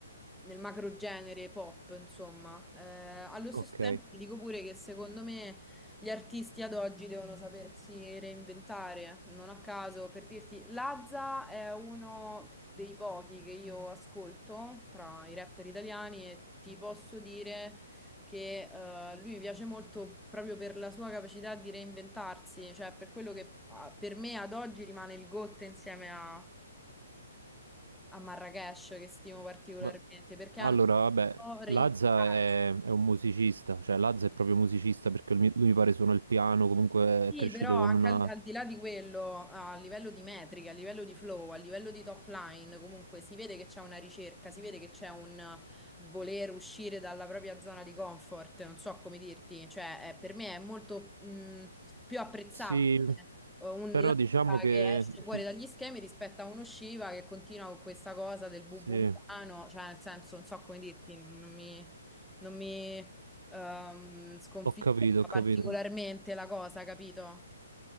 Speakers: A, in the centre; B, on the right.
A: nel macro genere pop, insomma. Eh, allo stesso
B: Ok,
A: tempo ti dico pure che secondo me Gli artisti ad oggi devono sapersi reinventare, non a caso, per dirti, Lazza è uno dei pochi che io ascolto tra i rapper italiani e ti posso dire che eh, lui mi piace molto proprio per la sua capacità di reinventarsi, cioè per quello che ah, per me ad oggi rimane il GOT insieme a, Marrakesh che stimo particolarmente,
B: ma
A: perché
B: Allora,
A: hanno saputo
B: vabbè,
A: reinventarsi.
B: Lazza è, è un musicista, cioè Lazza è proprio musicista perché lui, lui mi pare suona il piano, comunque
A: Sì,
B: è cresciuto
A: però
B: con
A: anche
B: una...
A: al, al di là di quello, a livello di metriche, a livello di flow, a livello di top line, comunque si vede che c'è una ricerca, si vede che c'è un voler uscire dalla propria zona di comfort, non so come dirti, cioè eh, per me è molto mh, più apprezzabile
B: Sì,
A: eh, un
B: però
A: Lazza
B: diciamo che...
A: che esce
B: ci-
A: fuori dagli
B: ci-
A: schemi rispetto a uno Shiva che continua con questa cosa del bubu
B: Sì,
A: milano, cioè nel senso, non so come dirti, non non mi... Non mi ehm, sconfiggerla
B: ho capito, ho capito.
A: particolarmente la cosa, capito?